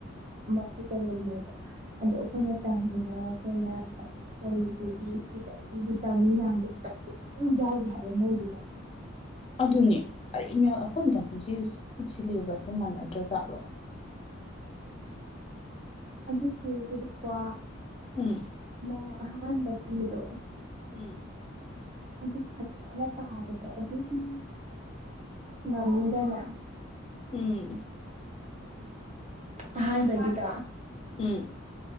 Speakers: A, on the right (about 35°); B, on the left (about 30°).
A: ꯃꯊꯛꯇ ꯂꯩꯕꯅꯦ ꯑꯗꯣ ꯑꯣ ꯑꯩꯈꯣꯏꯅ ꯇꯝꯃꯤꯕ ꯑꯩꯈꯣꯏꯅ ꯀꯩꯕꯨꯙꯤꯁꯀꯤ ꯑꯩꯒꯤ ꯇꯃꯤ ꯃꯌꯥꯝꯗꯨ ꯀ ꯎꯝ ꯌꯥꯎꯗꯦ ꯍꯥꯏꯕ ꯃꯣꯏꯗꯤꯗ
B: ꯑꯗꯨꯅꯦ ꯀꯔꯤ ꯑꯩꯈꯣꯏꯅꯗꯁꯤ ꯁꯤꯂꯦꯕꯁꯁꯦ ꯃꯥꯟꯅꯗ꯭ꯔꯖꯥꯠꯂꯣ
A: <unintelligible> ꯑꯗꯨ ꯁꯔꯨꯕꯗꯤꯀꯣ
B: ꯎꯝ
A: ꯑꯃ ꯑꯍꯥꯟꯕ ꯆꯗꯣ
B: ꯎꯝ
A: ꯑꯗꯨ ꯐꯖꯅ ꯄꯥꯕꯗ ꯑꯗꯨꯗꯤ ꯉꯝꯅꯤꯗꯅ
B: ꯎꯝ
A: ꯑꯍꯥꯟꯕꯒꯤꯗꫭ
B: ꯎꯝ